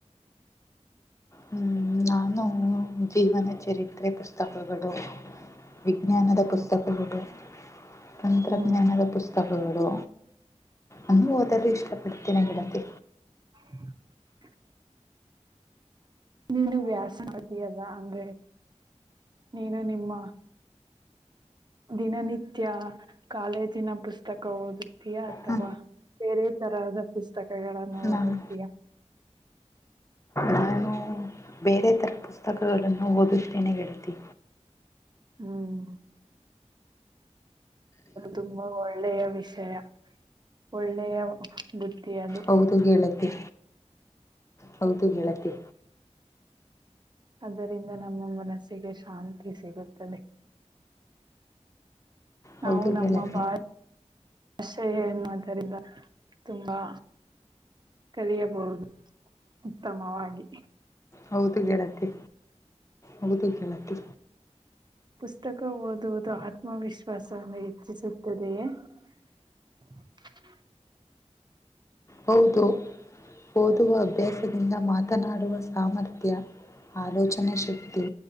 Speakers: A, on the left; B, on the right.
A: ಹ್ಮ್, ನಾನು ಜೀವನ ಚರಿತ್ರೆ ಪುಸ್ತಕಗಳು ವಿಜ್ಞಾನದ
B: ಹ್ಮ್
A: ಪುಸ್ತಕಗಳು. ತಂತ್ರಜ್ಞಾನದ
B: ಹ್ಮ್
A: ಪುಸ್ತಕಗಳು ಅಂದು ಓದಲು ಇಷ್ಟಪಡ್ತಾರೆ ತಿನಗಿಡುತ್ತ
B: <unintelligible> ನೀನು ವ್ಯಾಸ ಮಾಡತ ಅದ ಅಂಗ ನೀನು ನಿಮ್ಮ ದಿನನಿತ್ಯ ಕಾಲೇಜಿನ ಪುಸ್ತಕ ಓದುತ್ತೀಯಾ ಅಥವಾ
A: ಹ
B: ಬೇರೆ ತರ ಪುಸ್ತಕಗಳನ್ನು ಓದುತ್ತಯಾ
A: ನಾನು ನಾನು ಬೇರೆ ಥರ ಪುಸ್ತಕಗಳನ್ನು ಓದುತ್ತೇನೆ ಗೆಳತಿ
B: ಹ್ಮ್ ತುಂಬಾ ಒಳ್ಳೆಯ ವಿಷಯ ಒಳ್ಳೆಯ ಬುದ್ಧಿ ಅದು
A: ಹೌದು ಗೆಳತಿ ಹೌದು ಗೆಳತಿ
B: ಆದದರಿಂದ ನಮ್ಮ ಮನಸ್ಸಿಗೆ ಶಾಂತಿ ಸಿಗುತ್ತದೆ ನಾವು
A: ಹೌದು
B: ನಮ್ಮ
A: ಗೆಳತಿ
B: ಭಾರ ಅಷೆ ಏನ್ ಮಾತರಿ ತುಂಬಾ ಕಲಿಯಬಹುದು ಉತ್ತಮವಾಗಿ
A: ಹೌದು ಗೇಳತಿ ಹೌದು ಕೇಳತಿ
B: ಪುಸ್ತಕ ಓದುವುದು ಆತ್ಮವಿಶ್ವಾಸವನ್ನು ಹೆಚ್ಚಿಸುತ್ತದೆಯೇ <unintelligible>
A: ಹೌದು ಓದುವ ಅಭ್ಯಾಸದಿಂದ ಮಾತನಾಡುವ ಸಾಮರ್ಥ್ಯ ಆಲೋಚನಾ ಶಕ್ತಿ